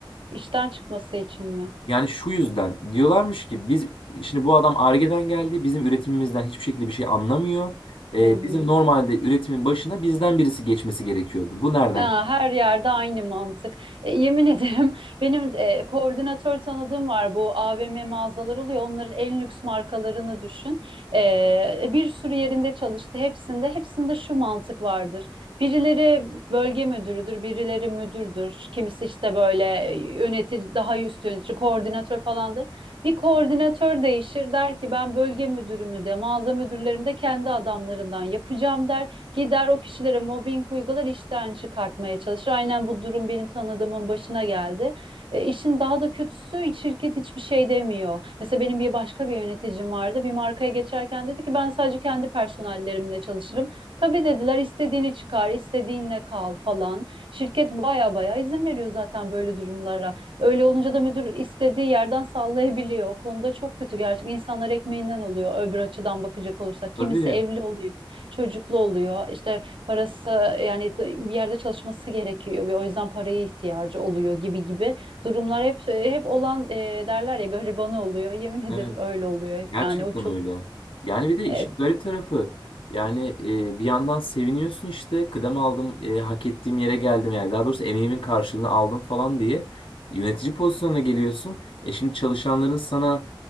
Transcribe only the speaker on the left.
Yani şu yüzden diyorlarmış ki biz şimdi bu adam Ar-Ge'den geldi bizim üretimimizden hiçbir şekilde bir şey anlamıyor. Ee,
bizim normalde üretimin başına bizden birisi geçmesi gerekiyordu. Bu nereden?
Tabii.
<laughs> Evet.
Gerçekten
öyle. Yani bir de işin
garip tarafı yani e, bir yandan seviniyorsun işte kıdem aldım e, hak ettiğim yere geldim yani daha doğrusu emeğimin karşılığını aldım falan diye yönetici pozisyonuna geliyorsun. E şimdi çalışanların sana